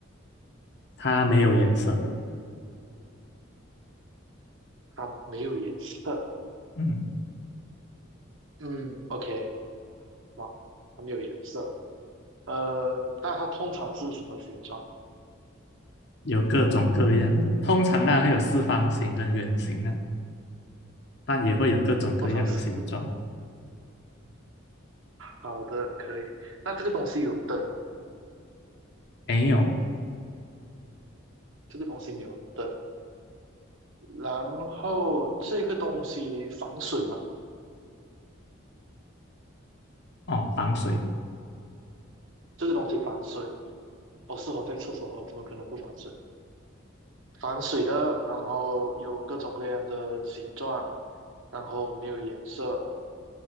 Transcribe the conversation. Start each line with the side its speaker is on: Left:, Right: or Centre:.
Left: 它没有颜色，
Right: 它没有颜色。
Left: 嗯。
Right: 嗯，OK，哇，它没有颜色。呃，那它通常是什么形状？
Left: 有各种各样的，通常呢会有四方形跟圆形啊，但也会有各种各样的形状。
Right: 通常是好的，可以。那这个东西有灯吗？
Left: 没有
Right: 这个东西没有灯。然后这个东西防水吗？
Left: 哦，防水
Right: 这个东西防水。我是我在厕所啊，我怎么可能不防水？防水的，然后有各种各样的形状，然后没有颜色，